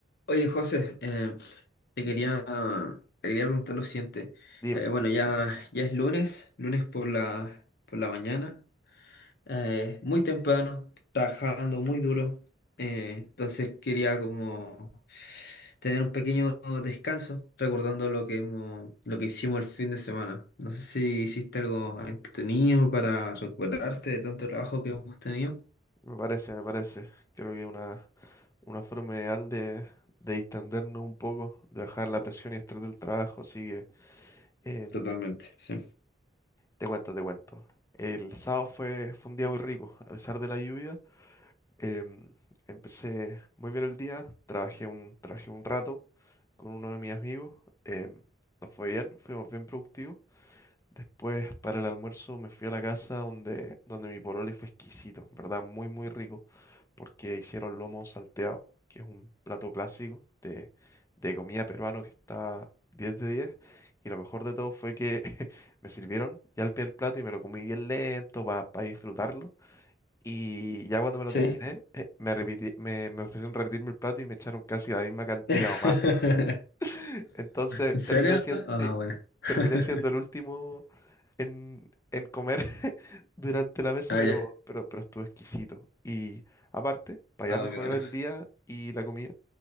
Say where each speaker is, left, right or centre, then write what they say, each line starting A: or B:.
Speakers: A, on the left; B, on the left.
A: Oye, José, eh, te quería, te quería preguntar lo siguiente.
B: Dime,
A: Eh, bueno, ya, ya es lunes, lunes por la, por la mañana, eh, muy temprano, trabajando muy duro. eh, entonces quería como tener un pequeño descanso, recordando lo que hemos, lo que hicimos el fin de semana. No sé si hiciste algo entretenido para recuperarte de tanto trabajo que hemos tenido.
B: me parece, me parece. Creo que una, una forma ideal de, de distendernos un poco, de bajar la presión y estrés del trabajo. Así que em,
A: Totalmente, sí.
B: te cuento, te cuento. El sábado fue, fue un día muy rico, a pesar de la lluvia. em, empecé muy bien el día, trabajé un, trabajé un rato con uno de mis amigos. em, nos fue bien, fuimos bien productivos. Después, para el almuerzo, me fui a la casa donde, donde mi pololo y fue exquisito, en ¿verdad? Muy, muy rico, porque hicieron lomo salteado, que es un plato clásico de, de comida peruano que está diez de diez Y lo mejor de todo fue que <laughs> me sirvieron ya el primer plato y me lo comí bien lento para disfrutarlo. Y ya cuando me lo
A: Sí.
B: terminé, eh, me, repiti- me, me ofrecieron repetirme el plato y me echaron casi la misma cantidad
A: <laughs>
B: o más. <laughs> Entonces,
A: ¿En serio?
B: terminé siendo,
A: Ah,
B: sí,
A: bueno. <laughs>
B: terminé siendo el último en, en comer <laughs> durante la mesa,
A: Ah,
B: pero,
A: ya.
B: pero, pero estuvo exquisito. Y aparte, para
A: Ah,
B: ya mejorar
A: qué bueno.
B: el día y la comida,